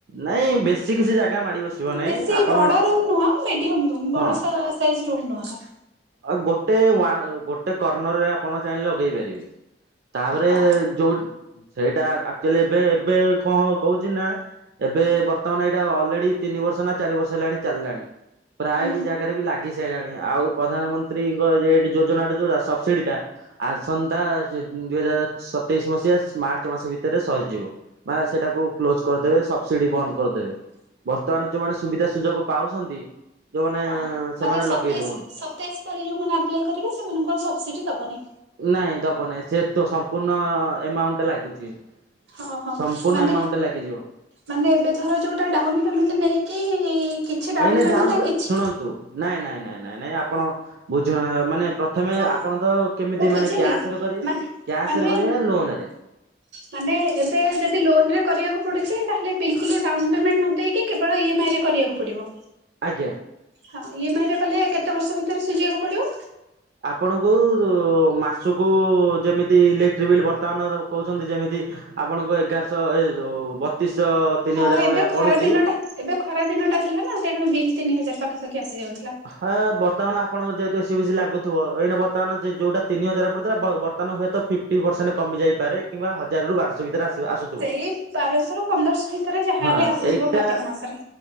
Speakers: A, on the right; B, on the right.
A: ନାଇଁ ବେଶୀ କିଛି ଜାଗା ମାଡି ବସିବ ନାଇଁ
B: ବେଶୀ
A: ଆପଣ
B: ବଡ ରୁମ୍ ନୁହଁ ମିଡିୟମ ରୁମ୍
A: ହଁ
B: ବଡ ସାଇଜ ରୁମ୍ ନୁହଁ।
A: ଆଉ ଗୋଟେ ଉୟା ଗୋଟେ କର୍ଣ୍ଣର ରେ ଆପଣ ଚାହିଁଲେ ଲଗେଇ ପାରିବେ। ତାପରେ
B: ହଁ
A: ଯୋଉ ସେଇଟା ଆକ୍ଚୁଆଲି ଏବେ ଏବେ କଣ କହୁଛି ନା ଏବେ ବର୍ତ୍ତମାନ ଏଇଟା ଅଲରେଡି ତିନି ବର୍ଷ ନା ଚାରି ବର୍ଷ ହେଲାଣି ଚାଲାଣି। ପ୍ରାୟ
B: ହୁଁ।
A: ବି ଜାଗାରେ ବି ଲାଗି ସାରିଲାଣି ଆଉ ପ୍ରଧାନମନ୍ତ୍ରୀଙ୍କ ଯେ ଯୋଜନା ଟା ଯୋଉଟା ସବସିଡି ଟା ଆସନ୍ତା ଦୁଇ ହଜାର ସତେଇଶ ମସିହା ମାର୍ଚ୍ଚ ମାସ ଭିତରେ ସରିଯିବ। ବା ସେଟାକୁ କ୍ଲୋଜ କରିଦେବେ ସବସିଡି ବନ୍ଦ କରିଦେବେ। ବର୍ତ୍ତମାନ ଯୋଉମାନେ ସୁବିଧା ସୁଯୋଗ ପାଉଛନ୍ତି ଯୋଉମାନେ
B: ହଁ
A: ସେମାନେ
B: ମାନେ ସତେଇଶ
A: ଲଗେଇ ଦଉଅନ୍ତି।
B: <unintelligible> ଯୋଉମାନେ ଆପ୍ଲାଏ କରିବେ ସେମାନଙ୍କୁ ସବସିଡି ଦବନି।
A: ନାଇଁ ଦବ ନାହିଁ ସେ ତ ସମ୍ପୂର୍ଣ୍ଣ ଏମାଉଣ୍ଟ ଟେ ଲାଗୁଛି।
B: ହଁ ହଁ
A: ସମ୍ପୂର୍ଣ୍ଣ
B: ମାନେ
A: ଏମାଉଣ୍ଟ ଟେ ଲାଗିଯିବ।
B: ମାନେ ଏବେ ଧର ଯୋଉଟା ଡାଉନ ପେମେଣ୍ଟ ନେଇକି କିଛି ଡାଉନ
A: ଏହେଲେ
B: ପେମେଣ୍ଟ
A: ଡାଉନ୍
B: କିଛି
A: ଶୁଣନ୍ତୁ ନାଇଁ ନାଇଁ ନାଇଁ ନାଇଁ ନାଇଁ ଆପଣ ବୁଝୁ ନା ମାନେ ପ୍ର ଥମେ
B: ହଁ
A: ଆପଣ ତ କେମିତି
B: ମୁଁ
A: ମାନେ
B: ବୁଝିଲି
A: କ୍ୟାସରେ କରେ
B: ମାନେ
A: କ୍ୟାସରେ
B: ମାନେ
A: କରିବେ ନା ଲୋନରେ?
B: ମାନେ ଏବେ ଯଦି ଲୋନ ରେ କରିବାକୁ ପଡୁଛି ତାହେଲେ ବିଲକୁଲ ଡାଉନ ପେମେଣ୍ଟ ନ ଦେଇକି କେବଳ ଇଏ ମାଆ ଆଇ ରେ କରିବାକୁ ପଡିବ?
A: ଆଜ୍ଞା।
B: ହଁ ଇଏ ମାଇରେ କହଲେ କେତେ ବର୍ଷ ଭିତରେ ସୁଝିବାକୁ ପଡିବ?
A: ଆପଣଙ୍କୁ ମାସକୁ ଯେମିତି ଇଲେକ୍ଟ୍ରିକ ବିଲ୍ ବର୍ତ୍ତମାନ କହୁଛନ୍ତି ଯେମିତି ଆପଣଙ୍କ ଏଗାରଶହ ଏ ବତିଶଶହ ତିନି
B: ହଁ
A: ହଜାର
B: ଏବେ
A: ଭଳିଆ
B: ଖରା
A: ପଡୁଛି।
B: ଦିନଟା ଏବେ ଖରା ଦିନଟା ଥିଲା ନା ତେଣୁ ବିଲ୍ ତିନି ହଜାର ପାଖାପାଖି ଆସି ଯାଉଥିଲା।
A: ହଁ ବର୍ତ୍ତମାନ ଆପଣଙ୍କର ଯେହେତୁ ଏସି ଫେଶି ଲାଗୁଥିବ ଏଇଟା ବର୍ତ୍ତମାନ ସେ ଯୋଉଟା ତିନି ହଜାର ବର୍ତ୍ତମାନ ହୁଏତ ଫି୍ଟି ପରସେଣ୍ଟ କମିଯାଇପାରେ କିମ୍ବା ହଜାରରୁ ବାରଶହ ଭିତରେ ଆସିବ ଆଉ ସବୁ
B: ସେଇ ବାରଶହ ରୁ ପନ୍ଦରଶହ ଭିତରେ ଯାହାହଲେ
A: ହଁ
B: ଆସିଯିବ
A: ଏଇଟା
B: ପ୍ରତ୍ୟେକ ମାସରେ।